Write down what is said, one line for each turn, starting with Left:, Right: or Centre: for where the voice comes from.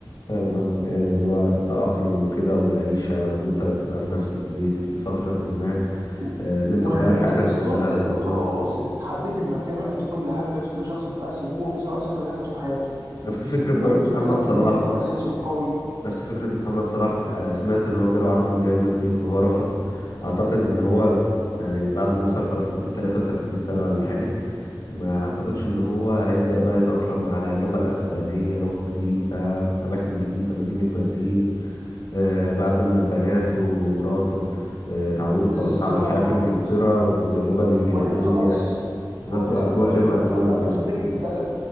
Left: فاهم قصدك ايوه ان هو التأقلم وكده والعيشة وان انت تبقى في نفس البيت لفترة ما
Right: و-
Left: آه، ان انت
Right: وعيلته
Left: تغير حياتك
Right: بالظبط
Left: كلها
Right: يا
Left: بالظبط
Right: دود خلاص انت حبيت المكان وعرفت كل حد وعرفت كل شخص انت عايز وهو بالنسبه له عايز يفضل هناك على طول حياته
Left: نفس فكرة برضه
Right: وابنه
Left: محمد
Right: بيلعب في
Left: صلاح
Right: النادي واساسي وقوي
Left: نفس فكرة محمد صلاح آه، سمعت ان هو جاله عرض من ريال مدريد وهو رفض اعتقد ان هو يعني بعد ما وصل خلاص ل 33 سنة ولا حاجة ما اعتقدش ان هو هيبدأ بقى يتأقلم على اللغة الأسبانية لغة جديدة أماكن جديدة مدينة مدريد آه، بعد ما بناته ومراته آه، اتعودوا
Right: بالظبط
Left: خلاص على الحياة في إنجلترا واللغة الإنجليزية
Right: وبعدين خلاص
Left: بالظبط
Right: هو بالنسبه
Left: وأجواء
Right: ليهم في
Left: ليفربول
Right: انجلترا بقى
Left: وكده
Right: من اساطير البلد